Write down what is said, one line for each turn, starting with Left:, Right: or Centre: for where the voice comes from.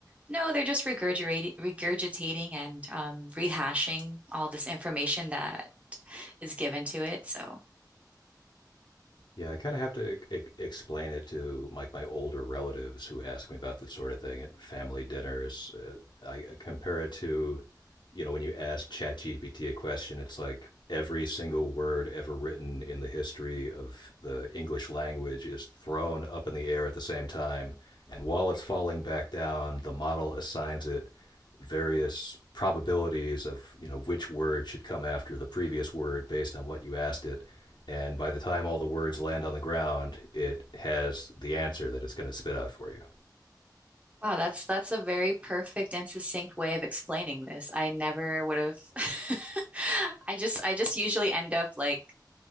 Right: no, they're just regurgitating regurgitating and um, rehashing all this information that is given to it. So
Left: Yeah, I kind of have to e- e-, explain it to like my older relatives who ask me about this sort of thing at family dinners. Uh, I I compare it to, you know, when you ask ChatGPT a question, it's like every single word ever written in the history of the English language is thrown up in the air at the same time, and while it's falling back down, the model assigns it various probabilities of you know which word should come after the previous word based on what you asked it and by the time all the words land on the ground it has the answer that it's going to spit out for you
Right: Wow, that's that's a very perfect and succinct way of explaining this. I never would have <laughs> I just I just usually end up like